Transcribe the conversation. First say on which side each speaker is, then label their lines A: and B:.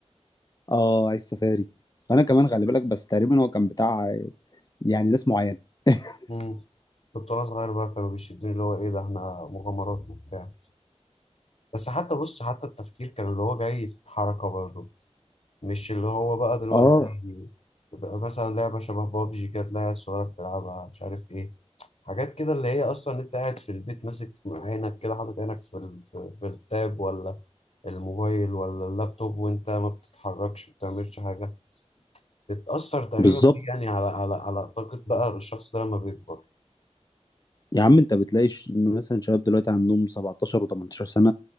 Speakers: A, on the left; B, on the left.
A: اه عايز سفاري انا كمان خلي بالك بس تقريبا هو كان بتاع يعني ناس معينه <laughs>
B: سفاري؟ كنت وانا صغير بقى كانوا بيشدوني اللي هو ايه ده احنا مغامرات وبتاع بس حتى بص حتى التفكير كان اللي هو جاي في حركة برضه مش اللي هو بقى دلوقتي
A: اه
B: يبقى مثلا لعبة شبه بابجي كانت العيال الصغيرة بتلعبها مش عارف ايه حاجات كده اللي هي اصلا انت قاعد في البيت ماسك في عينك كده حاطط عينك في ال- في في التاب ولا الموبايل ولا اللابتوب وانت ما بتتحركش ما بتعملش حاجة بتأثر تقريبا
A: بالظبط
B: دي يعني على على على طاقة بقى الشخص ده لما بيكبر
A: يا عم انت بتلاقي ش- مثلا شباب دلوقتي عندهم 17 و18 سنه